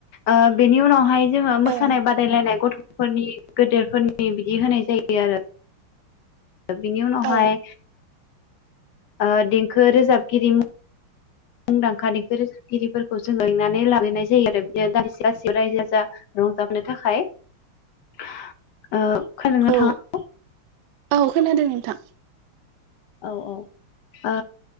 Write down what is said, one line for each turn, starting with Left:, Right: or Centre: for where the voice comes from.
Left: ओ बेनि उनावहाय जोङो मोसानाय
Right: औ
Left: बादायलायनाय गथ' फोरनि गोदेरफोरनि बिदि होनाय जायो। आरो। बिनि उनावहाय
Right: औ
Left: ओ देंखो रोजाबगिरि मुंदांखा रोजाबग्रा देंखोगिरिफोरखौ जों लिंनानै लाबोनाय जायो आरो बिदिनो दान्दिसे रायजो राजा रंजाबनो थाखाय ओ खोनादों ना नोंथाङा
Right: औ औ खोनादों नोंथां।
Left: औ औ ओ